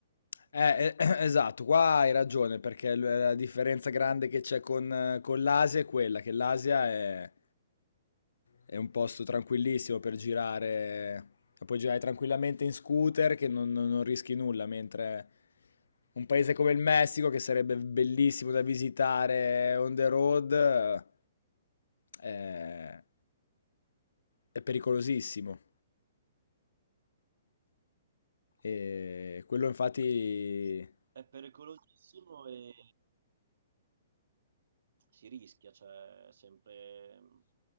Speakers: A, on the left; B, on the right.
A: Eh, eh, <clears throat> esatto, qua hai ragione, perché l- la differenza grande che c'è con, eh, con l'Asia è quella, che l'Asia è, è un posto tranquillissimo per girare, e puoi girare tranquillamente in scooter che non, non- non rischi nulla, mentre un paese come il Messico, che sarebbe bellissimo da visitare on the road, eh, è pericolosissimo. E quello infatti
B: È pericolosissimo e si rischia, c'è sempre mh,